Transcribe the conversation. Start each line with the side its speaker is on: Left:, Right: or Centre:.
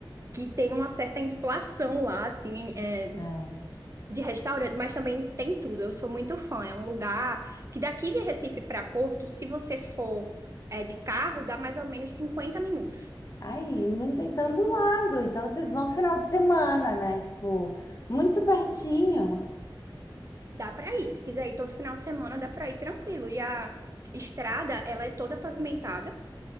Right: que tem uma certa inflação lá, assim, é,
Left: É.
Right: de restaurante, mas também tem tudo. Eu sou muito fã. É um lugar que daqui de Recife para Porto, se você for é, de carro, dá mais ou menos 50 minutos.
Left: Aí, muito, então do lado. Então vocês vão final de semana, né? Tipo, muito pertinho.
Right: Dá para ir. Se quiser ir todo final de semana, dá para ir tranquilo. E a estrada, ela é toda pavimentada.